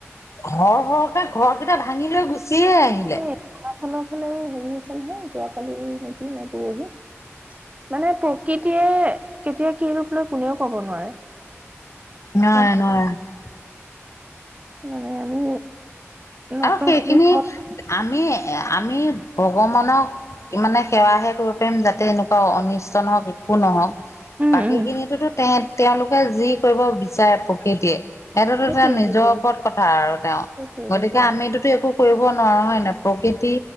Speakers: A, on the left; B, on the right.
A: সৰ সৰকে ঘৰ কেইটা ভাঙি লৈ গুচিয়ে আহিলে।
B: এই আমাৰ ফালৰ ফালেও হেৰি হৈছে নহয় যোৱাকালি নেকি নে পৰহি মানে প্ৰকৃতিয়ে তেতিয়া কি ৰূপ লৈ কোনেও কব নোৱাৰে।
A: নোৱাৰে
B: গম
A: নোৱাৰে ।
B: মানে আমি নত
A: আৰু সেইখিনি
B: হৈ
A: আমি এ আমি ভগৱানক মানে সেৱাহে কৰিব পাৰিম যাতে এনেকুৱা অনি ষ্ট নহওক একো নহঁক,
B: উম
A: বাকী
B: উম
A: খিনিতোতো তে তেওঁলোকে যি কৰিব বিচাৰে প্ৰকৃতিয়ে সেইটোতো
B: সেইটোয়ে
A: তেওঁ নিজৰ
B: সেইটোয়ে
A: ওপৰত কথা আৰু তেওঁ,
B: সেইটোয়ে
A: গতিকে
B: সেইটোয়ে
A: আমিটোতো একো কৰিব নোৱাৰা হয় নাই, প্ৰকৃতি